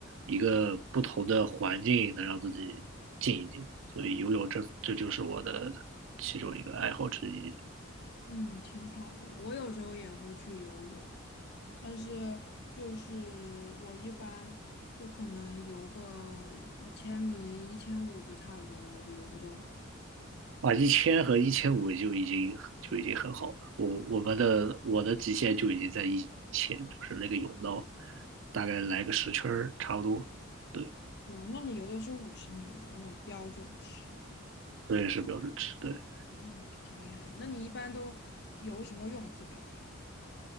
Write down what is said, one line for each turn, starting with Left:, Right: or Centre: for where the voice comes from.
Right: 一个不同的环境能让自己静一静，所以游泳这这就是我的其中一个爱好之一。
Left: 嗯，挺好的。我有时候也会去游泳，但是就是我一般就可能游个一千米、一千五就差不多了，我就游不动了。
Right: 啊，一千和一千五就已经很就已经很好了，我我们的我的极限就已经在一千，就是那个泳道，大概来个十圈儿差不多，对，
Left: 嗯，那你游的是五十米的那种标准池哈，
Right: 这也是标准值，对。
Left: 嗯，挺厉害的。那你一般都游什么泳姿比较多啊？